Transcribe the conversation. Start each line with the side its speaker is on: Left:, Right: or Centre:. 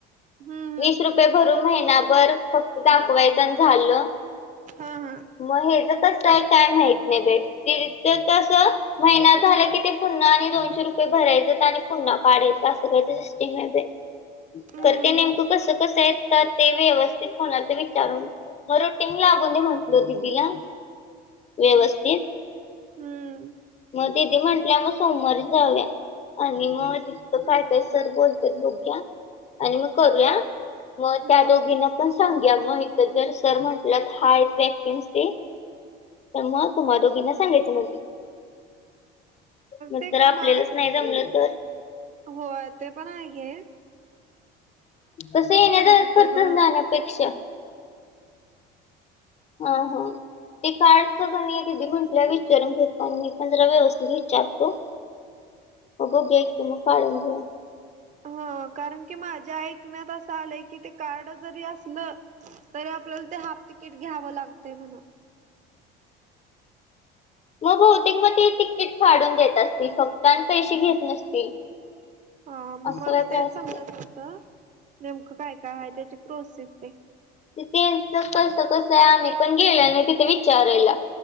Right: हम्म
Left: वीस रुपय रुपे भरून महिनाभर फक्त दाखवायचा
Right: हम्म हा
Left: आणि झालं
Right: हा हा
Left: मग हेच कसं आहे काय माहत नाही भेट तथ कस महिनात झाला की ते पुन्हा आणि दोनशे रुपये भरायचे आणि पुन्हा पाडायचं असं कयचं येंग ते
Right: हम्म
Left: करते नेमकं कस कसं आहे ते व्यवस्थित कोणाच विचारून म रोटींग लागून दे म्हटल दिदीला व्यवस्थित
Right: हम्म
Left: मग ती म्हंटल्या म सोमवारी जाऊया आणि मग त काय काय सर बोलत बोघ्या आणि मग करूया मग त्या
Right: हम्म
Left: दोघीना पण सांग्या मग इथ जर जर म्हंटलं हा वॅकन्स ते तर मग तुम्हाला दोघींना सांगायचं म्हट मग
Right: ते
Left: तर
Right: क
Left: आपल्यालाच नाही जमलं तर
Right: होय ते पण आहेे
Left: तस येण्याचा
Right: म्हणत होतो
Left: खर्चच
Right: ग
Left: नाण्यापेक्षा हा हा ते काढच पण की म्हंटल्या विचारून घेत प मी पध्र व वसध चतू मग गेक तुमुख आडंगे
Right: हा कारण की माझ्या ऐकण्यात असं आलंय की ते कार्ड जरी असलं तरी आपल्याला ते हाफ तिकीट घ्यावं लागत म्हण
Left: मग बहुतेक मग ते तिकीट फढून देत असतील फक्त आणि पैसे घेत नसतील
Right: हा मग
Left: असं
Right: मला
Left: काय तर
Right: तेच
Left: असतंय
Right: समजत नव्हतं नेमकं काय काय आहे त्याची प्रोसेस ते
Left: तिथच कस कसं आहे आम्ही पण गेल आणि तिथे विचारायला